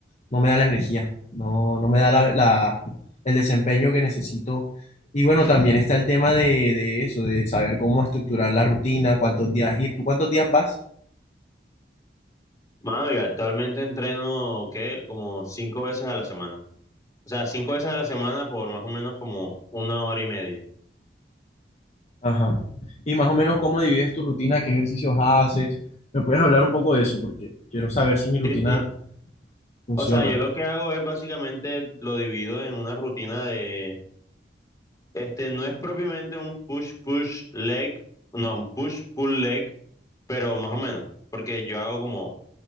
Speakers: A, on the left; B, on the left.
A: no me da la energía, no, no me da la, la- el desempeño que necesito. Y bueno, también está el tema de, de eso, de saber cómo estructurar la rutina, cuántos días ir, ¿tú cuántos días vas?
B: Mano, yo actualmente entreno, ¿qué? Como cinco veces a la semana. O sea, cinco veces a la semana por más o menos como una hora y media.
A: Ajá. Y más o menos cómo divides tu rutina, qué ejercicios haces. ¿Me puedes hablar un poco de eso? Porque quiero saber si mi rutina
B: Sí, sí,
A: funciona.
B: O sea, yo lo que hago es básicamente lo divido en una rutina de, este, no es propiamente un push, push, leg, no, un push, pull, leg, pero más o menos, porque yo hago como,